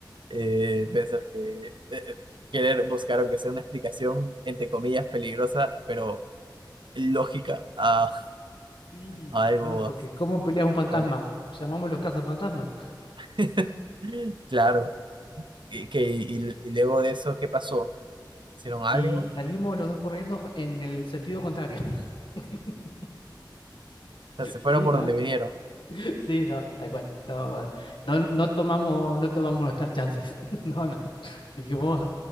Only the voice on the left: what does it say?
Sí,
no, porque ¿cómo pelea un
fantasma? Llamamos los cazafantasmas
y
salimos los dos corriendo en el sentido contrario. <laughs>
Sí,
¿no?
Sí, no, tal cual. No, no, no tomamos, no tomamos nuestras chances. <laughs> No, no. Dijimos,